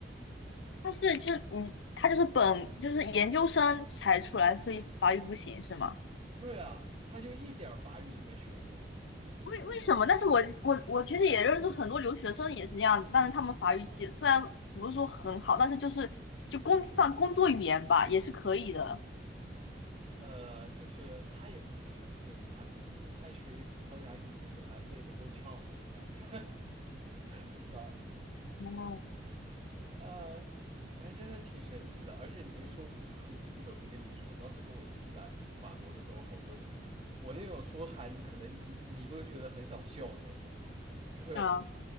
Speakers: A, on the left (about 90°); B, on the right (about 35°).
A: 他是就是嗯，他就是本就是研究生才出来，所以法语不行是吗？
B: <laughs> 对啊，他就一点儿法语都没学过。
A: 为为什么？但是我我我其实也认识很多留学生也是这样的，但是他们法语系虽然不是说很好，但是就是就工算工作语言吧，也是可以的。
B: 呃，就是他也不是很想学法语，毕竟他学一个葡萄牙语已经给他累得够呛那种感觉，<laughs> 不知道。
A: 哦，
B: 呃，反正真的挺神奇的，而且你一说文科，我就不得不跟你说，当时跟我一批来法国的时候，好多人，我那种说出来，你可能你你都觉得很想笑那个，就是
A: 啊，